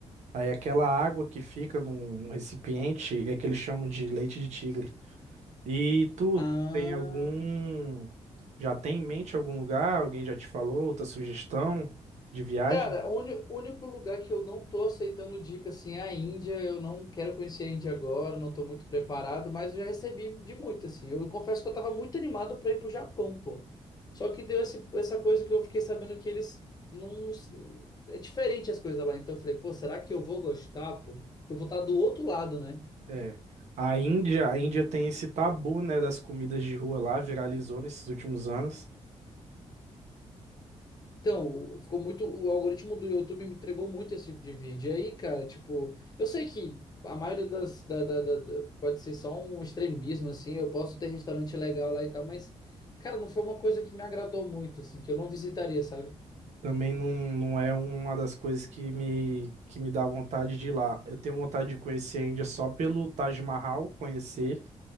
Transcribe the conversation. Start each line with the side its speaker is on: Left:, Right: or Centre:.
Right: Aí aquela água que fica num, num recipiente é que eles chamam de leite de tigre. E tu
Left: Ah.
Right: tem algum. Já tem em mente algum lugar? Alguém já te falou? Outra sugestão de viagem?
Left: Cara, o uni- único lugar que eu não tô aceitando dica assim é a Índia. Eu não quero conhecer a Índia agora, não tô muito preparado, mas eu já recebi de muito assim. Eu confesso que eu tava muito animado para ir pro Japão, pô. Só que deu esse- essa coisa que eu fiquei sabendo que eles não, não- é diferente as coisas lá. Então eu falei, pô, será que eu vou gostar, pô? Eu vou estar do outro lado, né?
Right: É. A Índia, a Índia tem esse tabu, né, das comidas de rua lá, viralizou nesses últimos anos.
Left: Então, ficou muito. O algoritmo do YouTube me entregou muito esse tipo de vídeo. E aí, cara, tipo, eu sei que a maioria das. da- da- da- da- pode ser só um extremismo, assim. Eu posso ter restaurante legal lá e tal, mas, cara, não foi uma coisa que me agradou muito, assim, que eu não visitaria, sabe?
Right: Também não, não é uma das coisas que me, que me dá vontade de ir lá. Eu tenho vontade de conhecer a Índia só pelo Taj Mahal, conhecer.